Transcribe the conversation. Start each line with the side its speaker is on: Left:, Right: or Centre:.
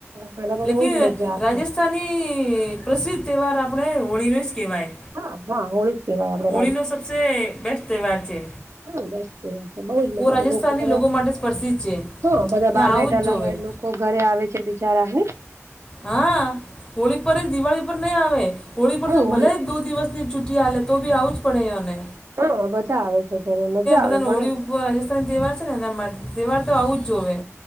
Right: પેલા તો
Left: લેકિન
Right: બહુ જ મજા આવતી.
Left: રાજ તાની પ્રસિદ્ધ તહેવાર આપણે હોળીનો જ કહેવાય.
Right: હા હા હોળી કેવાય આપડે
Left: હોળીનો સબસે બેસ્ટ તહેવાર છે.
Right: હહ બેસ્ટ તહેવાર છે. બહુ જ
Left: ઓ
Right: મજા આવે.
Left: રાજસ્થાની
Right: લોકો બધા
Left: માટે જ પ્રસિદ્ધ છે
Right: હહ બધા
Left: ને
Right: બાર
Left: આવું
Right: બેઠાલા
Left: જ જોવે
Right: લોકો લોક ઘરે આવે છે બિચારા નહીં?
Left: હા હોળી પર જ દિવાળી પર નહી આવે. હોળી પર
Right: હમ
Left: તો
Right: હોળી
Left: ભલે દો દિવસ ની છૂટી આલે તો બી આવું જ પડે એવાને.
Right: હા બધા આવે છે. ઘરે મજા આવે
Left: બધાને
Right: પણ.
Left: હોળી ઉપર રાજસ્થાની તહેવાર છે ને એના માટે. તહેવાર તો આવું જ જોવે.